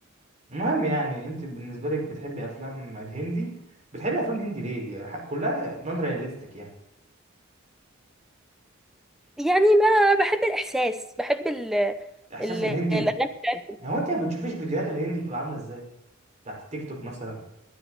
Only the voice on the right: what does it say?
المهم يعني انت بالنسبة لك بتحبي افلام الهندي بتحبي افلام هندي ليه دي ح- كلها نون رياليستيك يعني
احساس
الهندي
يعني هو انت ما بتشوفيش فيديوهات الهندي بتبقى عاملة ازاي بتاعت التيك توك مثلا